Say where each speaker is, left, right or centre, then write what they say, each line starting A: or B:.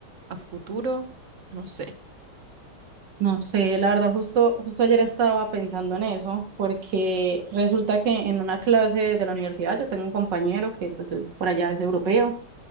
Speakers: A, on the right; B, on the right.
A: a futuro, no sé.
B: No sé, la verdad, justo, justo ayer estaba pensando en eso, porque resulta que en una clase de la universidad yo tengo un compañero que pues es- por allá es europeo